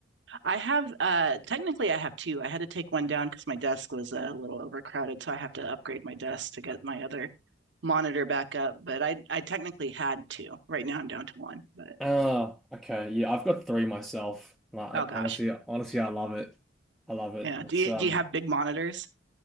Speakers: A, on the right (about 75°); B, in the centre.
A: I have uh technically I have two. I had to take one down because my desk was a little overcrowded, so I have to upgrade my desk to get my other monitor back up. But I I technically had two. Right now I'm down to one. But
B: Oh, okay. Yeah, I've got three myself. Like,
A: oh gosh.
B: honestly, honestly, I love it. I love it.
A: Yeah.
B: It's
A: Do you
B: um
A: do you have big monitors?